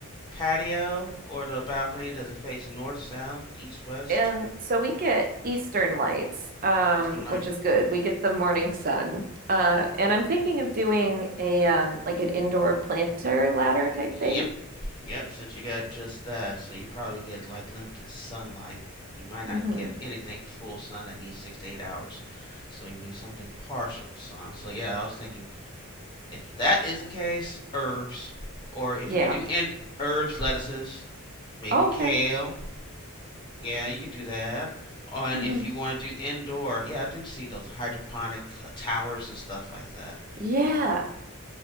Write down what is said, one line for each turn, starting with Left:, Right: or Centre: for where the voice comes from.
Left: patio or the balcony, does it face north, south, east, west,
Right: Um, so we get Eastern lights, um,
Left: eastern light?
Right: which is good. We get the morning sun. Uh, and I'm thinking of doing a um like an indoor planter ladder
Left: Yep.
Right: type thing.
Left: Yep, since you got just that, so you probably get like limited sunlight. You might not
Right: hmm
Left: get anything full sun that needs six to eight hours. So you need something partial sun. So yeah, I was thinking if that is the case, herbs. Or if
Right: Yeah.
Left: you could do in herbs, lettuces, maybe
Right: Oh,
Left: kale.
Right: okay.
Left: Yeah, you could do that. Or, and
Right: hmm
Left: if you want to do indoor, yeah, I didn't see those hydroponic uh, towers and stuff like that.
Right: Yeah.